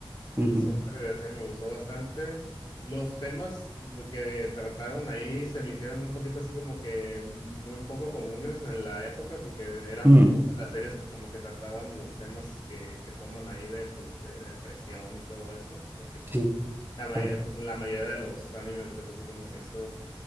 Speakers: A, on the right; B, on the left.
A: Ujú.
B: El soundtrack de la serie me gustó bastante. Los temas de- que trataron ahí se me hicieron un poquito así como que muy poco comunes en la época, porque eran
A: Mm,
B: pocas las series que como que trataban los temas que, que toman ahí de pues de depresión y todo eso, de que pues
A: sí,
B: la mayoría,
A: claro,
B: pues en la mayoría de los animes ves así como que eso,